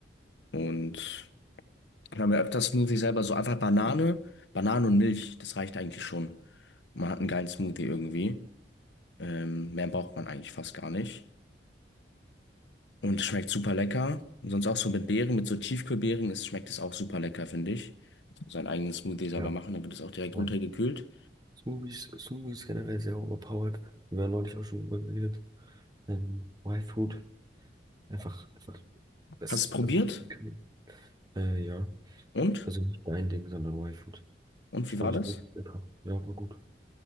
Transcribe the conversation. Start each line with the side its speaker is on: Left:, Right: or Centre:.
Left: Und wir haben ja öfters Smoothie selber so einfach Banane, Banane und Milch, das reicht eigentlich schon. Man hat einen geilen Smoothie irgendwie. Ähm, mehr braucht man eigentlich fast gar nicht. Und es schmeckt super lecker. Und sonst auch so mit Beeren, mit so Tiefkühlbeeren, ist, schmeckt es auch super lecker, finde ich. Seinen eigenen Smoothie selber
Right: ja,
Left: machen, dann wird es auch direkt
Right: ja.
Left: runtergekühlt.
Right: Smoothies, Smoothies generell sehr overpowered. Wir haben neulich auch schon drüber geredet. Ähm, Y-Food, einfach, einfach, das,
Left: Hast du es probiert?
Right: das sind Vitamine. Äh, ja,
Left: Und?
Right: also nicht dein Ding, sondern Y-Food.
Left: Und
Right: Das
Left: wie
Right: Fand
Left: war das?
Right: ich wirklich lecker. Ja, war gut.